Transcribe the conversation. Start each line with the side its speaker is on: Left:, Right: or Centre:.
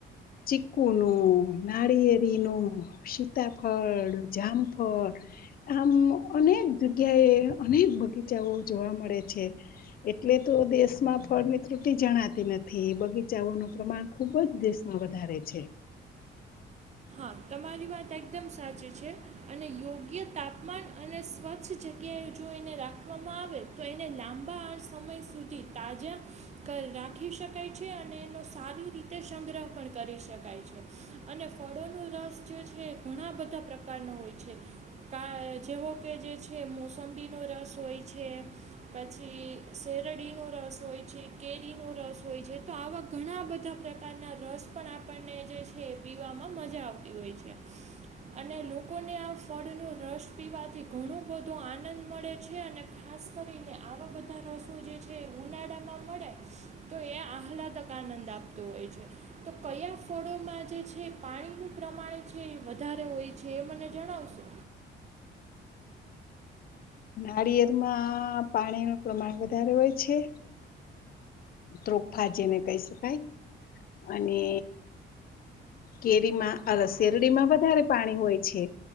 Left: ચીકુનોો નાળિયેરીનોો સીતાફળ જામફળ આમ અનેક જગ્યાએ અનેક બગીચાઓ જોવા મળે છે એટલે તો દેશમાં ફળ ની ત્રુટી જણાતી નથી બગીચાઓનું પ્રમાણ ખૂબ જ દેશમાં વધારે છે
Right: ા તમારી વાત એકદમ સાચી છે અને યોગ્ય તાપમાન અને સ્વચ્છ જગ્યાએ જો એને રાખવામાં આવે તો એને લાંબા આળ સમય સુધી તાજા રાખી શકાય છે અને એનો સારી રીતે સંગ્રહ પણ કરી શકાય છે અને કળોનો રસ જે છે ઘણા બધા પ્રકારનો હોય છે કા જેવો કે જે છે મોસંબીનો રસ હોય છે પછી શેરડીનો રસ હોય છે કેરીનો રસ હોય છે તો આવા ઘણા બધા પ્રકારના રસ પણ આપણને જે છે પી પીવામાં મજા આવતી હોય છે અને લોકોને આ ફળનોો રસ પીવાથી ઘણો બધો આનંદ મળે છે અને ખાસ કરીને આવા બધા રસો જે છે ઉનાળામાં મળે તો એ આહલાદક આનંદ આપતો હોય છે તો કયા ફળોમાં જે છે પાણીનું પ્રમાણ છે વધારે હોય છે એ મને જણાવશો
Left: નાળિયેર માં પાણીનું પ્રમાણ વધારે હોય છે ત્રોફા જેને કહી શકાય અને કેરીમાં અ શેરડીમાં વધારે પાણી હોય છે